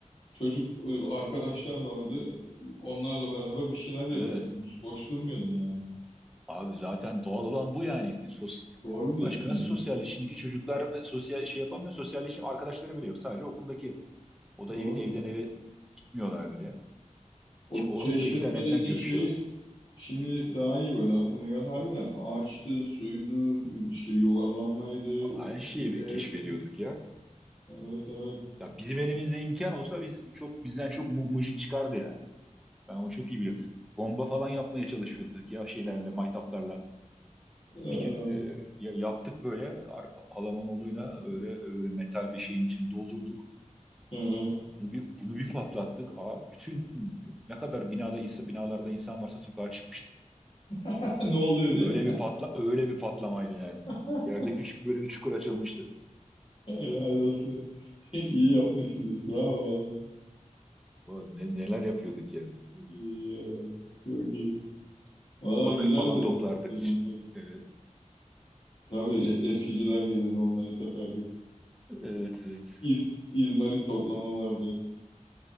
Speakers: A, on the left; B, in the centre.
A: çocuk e, arkadaşlar vardı. Onlarla beraber bir şeyler yapıyordun.
B: evet.
A: Hiç boş durmuyordun yani.
B: Abi zaten doğal olan bu yani. E, Sos
A: Doğru diyorsun
B: Başka nasıl
A: ya.
B: sosyalleş? Şimdiki çocuklar e, sosyal şey yapamıyor. Sosyalleşim arkadaşları bile yok. Sadece okuldaki. O da
A: Doğru.
B: ev- evden eve gitmiyorlar bile.
A: O
B: Ki Onu
A: keşfetme
B: da internetten
A: dediğin
B: görüşüyor.
A: şeyi Şimdi daha iyi böyle aklıma geldi. Harbiden ağaçtı, suydu, işte yuvarlanmaydı,
B: Her şeyi mi
A: evdi.
B: keşfediyorduk ya.
A: Evet evet.
B: Ya bizim elimizde imkan olsa biz çok bizden çok mu- mucit çıkardı yani. Ben onu çok iyi biliyorum. Bomba falan yapmaya çalışıyorduk ya şeylerle, maytaplarla.
A: Ee,
B: Bir gün e, ya- yaptık böyle Ar- Alamanoğlu'yla böyle, öyle metal bir şeyin içini doldurduk.
A: hı hı.
B: Bunu bir, bunu bir patlattık. Aa, bütün ne kadar binada insan, binalarda insan varsa sokağa çıkmıştı.
A: <laughs> Ne oluyor diye.
B: Öyle bir patla öyle bir patlamaydı yani.
A: <laughs>
B: Yerde küçük böyle bir çukur açılmıştı.
A: Helal olsun. <laughs> İyi yapmışsınız. Bravo vallahi.
B: Ulan ne- neler yapıyorduk ya.
A: İyi ya. Çok iyi. Valla
B: Bakır
A: güzeldi.
B: falan toplardık.
A: O zaman
B: Ç-
A: tabii.
B: e,
A: Tabii e- eskiciler gelirdi onları satardık.
B: Evet, evet.
A: İz, izmarit toplama vardı.